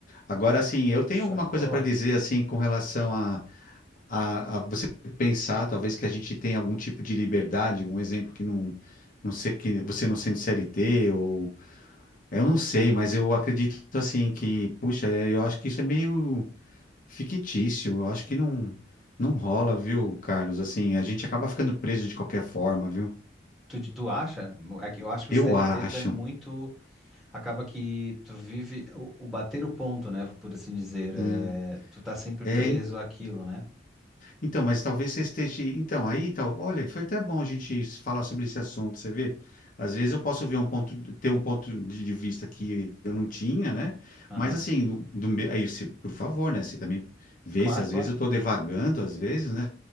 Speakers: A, on the left; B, in the centre.
A: Agora, assim, eu tenho
B: Show
A: alguma
B: de
A: coisa
B: bola.
A: para dizer assim com relação a, a, a você pensar, talvez que a gente tenha algum tipo de liberdade, um exemplo que não, não sei que você não sendo CLT ou eu não sei, mas eu acredito assim que, puxa, é, eu acho que isso é meio fictício, eu acho que não não rola, viu, Carlos? Assim, a gente acaba ficando preso de qualquer forma, viu?
B: Tu, tu acha? É que eu acho que
A: Eu
B: o CLT
A: acho.
B: tu é muito. Acaba que tu vive o, o bater o ponto, né? Por assim dizer.
A: né?
B: É, tu tá sempre
A: É,
B: preso
A: en-
B: àquilo, né?
A: então, mas talvez você esteja. Então, aí, tal, olha, foi até bom a gente s- falar sobre esse assunto, você vê? Às vezes eu posso ver um ponto, ter um ponto de de vista que eu não tinha, né?
B: Aham.
A: Mas assim, do, do me- aí, se, por favor, né? Você também vê
B: Claro,
A: se às
B: claro.
A: vezes eu estou devagando, às vezes, né?